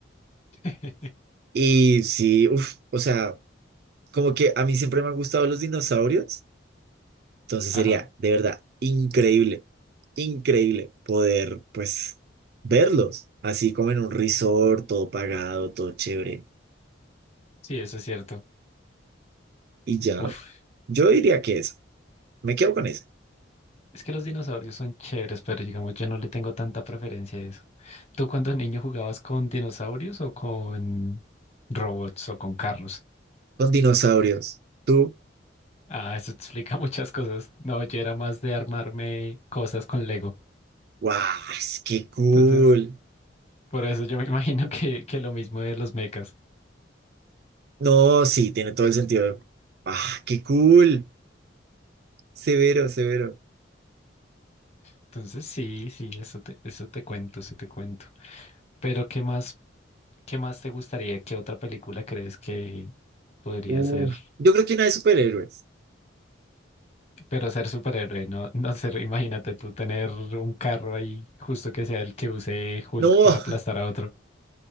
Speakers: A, on the left; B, on the right.
A: <laughs>
B: Y sí, uff, o sea, como que a mí siempre me han gustado los dinosaurios, entonces
A: Ajá.
B: sería de verdad increíble, increíble poder pues verlos, así como en un resort, todo pagado, todo chévere.
A: Sí, eso es cierto.
B: Y ya,
A: Uf.
B: yo diría que eso, me quedo con eso,
A: Es que los dinosaurios son chéveres, pero digamos, yo no le tengo tanta preferencia a eso. ¿Tú cuando niño jugabas con dinosaurios o con robots o con carros?
B: con dinosaurios. Tú,
A: Ah, eso explica <laughs> muchas cosas. No, yo era más de armarme cosas con Lego.
B: wow, qué cool.
A: Entonces, por eso yo me <laughs> imagino que, que lo mismo de los mechas.
B: No, sí, tiene todo el sentido. Ah, qué cool. Severo, severo.
A: Entonces, sí, sí, eso te, eso te cuento, eso te cuento. Pero, ¿qué más, qué más te gustaría? ¿Qué otra película crees que podría
B: Uf,
A: ser?
B: yo creo que una de superhéroes.
A: Pero ser superhéroe, no, <laughs> no ser, imagínate tú tener un carro ahí, justo que sea el que use Hulk
B: No.
A: para aplastar a otro.